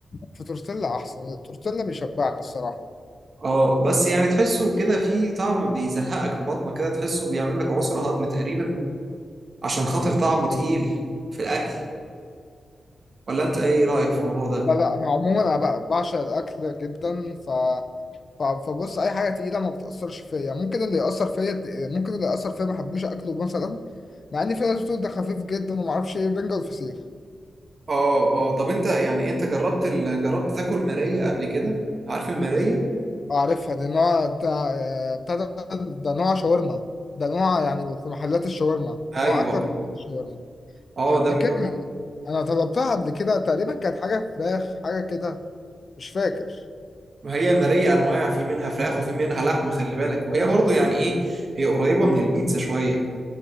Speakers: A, on the left (about 60°); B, on the right (about 55°).
A: في تورتيلا احسن التورتيلا بيشبعني الصراحه
B: اه بس يعني تحسه كده فيه طعم بيزهقك في بطنك كده تحسه بيعمل لك عسر هضم تقريبا عشان خاطر طعمه تقيل في الاكل ولا انت ايه رايك في الموضوع ده
A: لا لا انا عموما انا بقى بعشق الاكل جدا ف ف- فبص اي حاجه تقيله ما بتاثرش فيا ممكن اللي ياثر فيا ممكن اللي ياثر فيا ما احبوش اكله مثلا مع ان في ناس بتقول ده خفيف جدا وما اعرفش ايه بنجر الفسيخ
B: اه اه طب انت يعني انت جربت ال... جربت تاكل مارية قبل كده عارف المارية
A: اعرفها دي نوع بتاع بتاع ده ده نوع شاورما ده نوع يعني في محلات الشاورما
B: ايوه
A: نوع اكله في محلات الشاورما
B: اه
A: انا
B: ده
A: فاكرها
B: بيبقى
A: انا طلبتها قبل كده تقريبا كانت حاجه فراخ حاجه كده مش فاكر
B: ما هي المارية انواع في منها فراخ وفي منها لحمة خلي بالك وهي برضو يعني ايه هي قريبة من البيتزا شوية